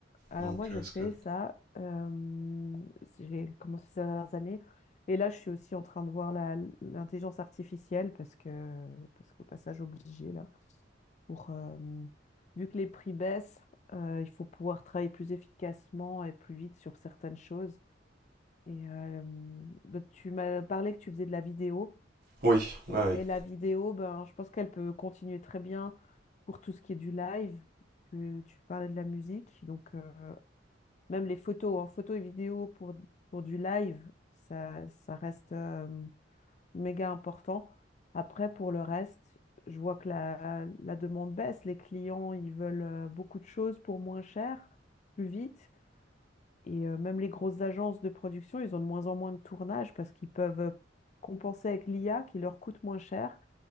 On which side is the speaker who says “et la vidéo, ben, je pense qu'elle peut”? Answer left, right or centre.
Left